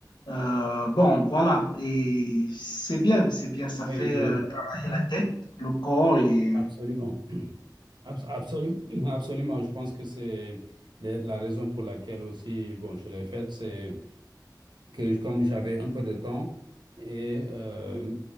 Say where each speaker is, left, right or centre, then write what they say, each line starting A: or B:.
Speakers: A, on the left; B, on the right.
A: Euh, bon, voilà, et c'est bien, c'est bien, ça fait
B: oui, oui,
A: euh, travailler la tête, le corps et...
B: absolument. Abs- absolument <clears throat> Absolument, je pense que c'est la la raison pour laquelle aussi, bon, je l'ai faite, c'est... que comme j'avais un peu de temps et euh,